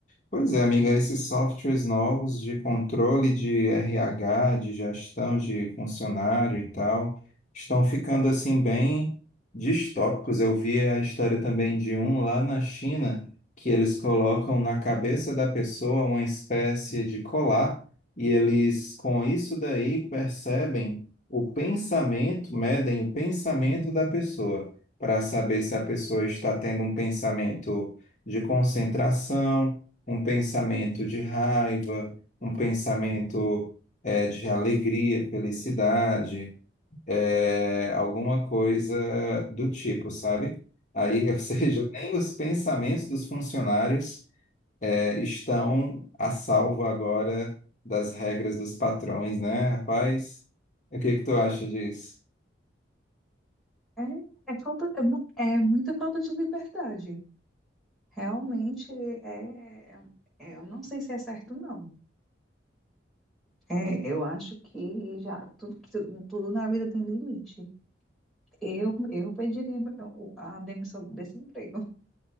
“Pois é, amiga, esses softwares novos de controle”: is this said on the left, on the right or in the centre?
Left